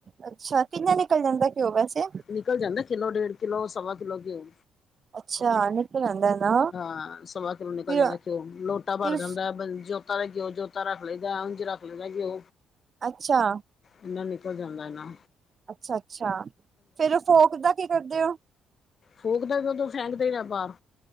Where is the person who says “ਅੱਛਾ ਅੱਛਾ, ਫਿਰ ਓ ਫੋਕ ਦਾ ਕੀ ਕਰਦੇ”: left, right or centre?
Right